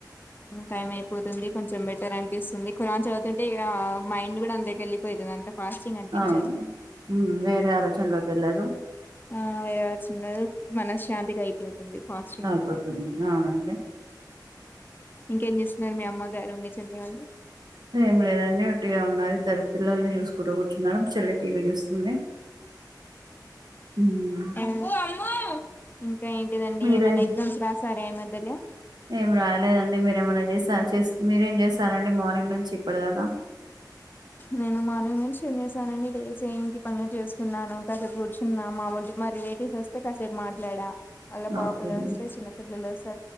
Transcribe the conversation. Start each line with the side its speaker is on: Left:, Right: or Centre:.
Left: టైం అయిపోతుంది కొంచెం బెటర్ అనిపిస్తుంది ఖురాన్ చదువుతుంటే ఇగా మైండ్ కూడా ఏటేటో ళ్లిపోయింది అంత ఫాస్టింగ్ అనిపించదు
Right: అవును మ్మ్ వేరే ఆలోచనలోకి వెళ్ళారు
Left: హాయిగా చిన్నగా మనశ్శాంతిగా అయిపోతుంది ఫాస్టింగ్
Right: అయిపోతుంది
Left: మొత్తం
Right: అవునండి
Left: ఇంకేం చేస్తున్నారు మీ అమ్మ గారు మీ చెల్లివాళ్ళు
Right: ఏం లేదండి ఉట్టిగా ఉన్నారు ఇద్దర పిల్లల్ని చూసుకుంటూ కూర్చున్నారు మా చెల్లె టీవీ చూస్తుంది హ్మ్.
Left: అబ్బు అమ్ము ఇంకా ఏంటిదండి
Right: మీరే
Left: ఏమైనా ఎగ్జామ్స్ రాస్తారా ఏ మధ్యల
Right: ఏం రాయలేదండి మీరేమన్నా చేసా చే మీరేం చేస్తారండి మార్నింగ్ నుంచి ఇప్పటిదాకా
Left: నేను మార్నింగ్ నుంచి లేసి ఇంటి పనులు చేసుకున్నాను కాసిపూ కూర్చున్నా మా వాళ్ళు మా రిలేటివ్స్ వస్తే కాసేపు మాట్లాడా వాళ్ళ పాపలు
Right: ఓకే అండి
Left: వస్తే చిన్న పిల్లలు వస్తే